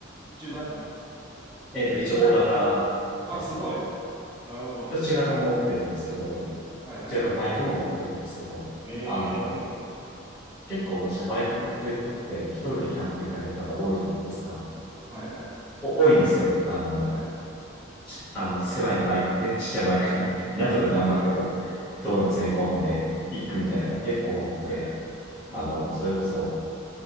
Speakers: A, on the right (about 25°); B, in the centre.
A: 中型
B: えっと、一応、大型です。
A: あ、すごい。なるほど。
B: で中型も持ってるんですけど、
A: はいはいはい。
B: 中型バイクも持ってるんですけど、
A: ええー、
B: あの、
A: そうなんですね。
B: 結構、私、バイク乗ってる人って、一人でキャンプ行かれる方多いじゃないですか。
A: うん。はいはい。
B: お、多いんですよ。あの、
A: はい。
B: ちあの、狭いバイクで、ちっちゃいバイクに、
A: はい。
B: なんとか頑張ってこう、
A: はいはい。
B: 道路詰め込んでいくみたいな方結構多くて、
A: ええ。うんうんうん。はいはい。うん
B: あの、それこそ、